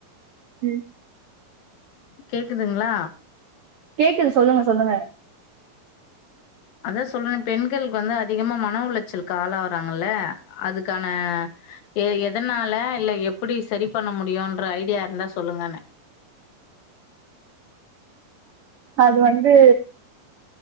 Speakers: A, on the right; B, on the left.
A: ம்
B: கேக்குதுங்களா
A: கேக்குது சொல்லுங்க சொல்லுங்க
B: அதா சொல்றே பெண்களுக்கு வந்து அதிகமா மன உளச்சலுக்கு ஆளாவறாங்கல்ல அதுக்கான எ எதனால இல்ல எப்பிடி சரி பண்ண முடியும்ன்ற ஐடியா இருந்தா சொல்லுங்கனே
A: அது வந்து